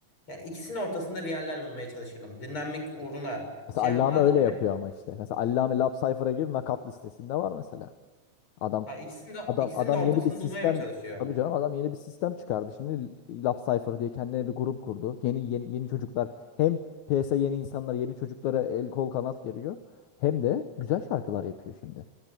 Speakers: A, on the left; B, on the left.
A: Ya ikisinin ortasında bir yerler bulmaya çalışırdım. Dinlenmek uğruna
B: Mesela
A: şey
B: Allame
A: yapmazdım
B: öyle
A: ama
B: yapıyor ama işte. Mesela Allame Lap Cypher'a gir nakat listesinde var mesela. Adam
A: ha, ikisinin de
B: adam
A: ikisinin
B: adam
A: de ortasını
B: yeni bir sistem
A: bulmaya mı çalışıyor?
B: tabii canım adam yeni bir sistem çıkardı. Şimdi Lap Cypher diye kendine bir grup kurdu. Yeni yeni, yeni çocuklar hem piyasa yeni insanlar yeni çocuklara el kol kanat geriyor. Hem de güzel şarkılar yapıyor şimdi.